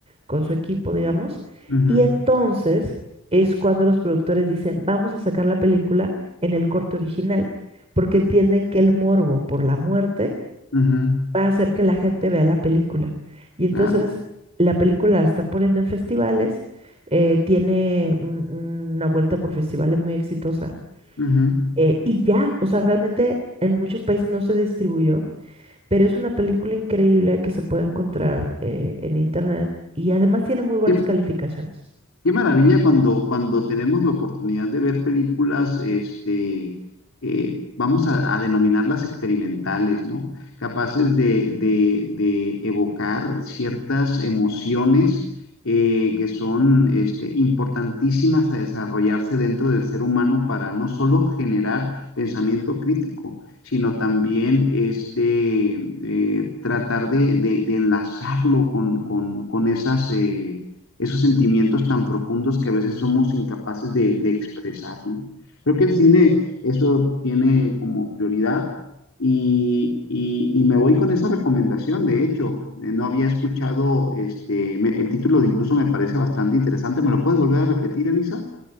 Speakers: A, on the right (about 30°); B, on the left (about 65°).
A: con su equipo, digamos.
B: ujú,
A: Y entonces es cuando los productores dicen, vamos a sacar la película en el corte original, porque entienden que el morbo por la muerte
B: ujú,
A: va a hacer que la gente vea la película. Y entonces
B: Claro.
A: la película la están poniendo en festivales, eh, tiene un- una vuelta por festivales muy exitosa
B: Ujú.
A: eh, y ya, o sea, realmente en muchos países no se distribuyó, pero es una película increíble que se puede encontrar eh, en internet y además tiene muy buenas
B: ¿Qué,
A: calificaciones.
B: Qué maravilla cuando, cuando tenemos la oportunidad de ver películas, este, eh, vamos a, a denominarlas experimentales, ¿no? Capaces de, de- de evocar ciertas emociones eh, que son este, importantísimas a desarrollarse dentro del ser humano para no solo generar pensamiento crítico, sino también este, eh, tratar de, de- de enlazarlo con, con- con esas... eh, esos sentimientos tan profundos que a veces somos incapaces de, de expresar, ¿no? Creo que el cine eso tiene como prioridad y, y- y me voy con esa recomendación, de hecho, eh, no había escuchado, este, me- el título de incluso me parece bastante interesante, ¿me lo puedes volver a repetir, Elisa?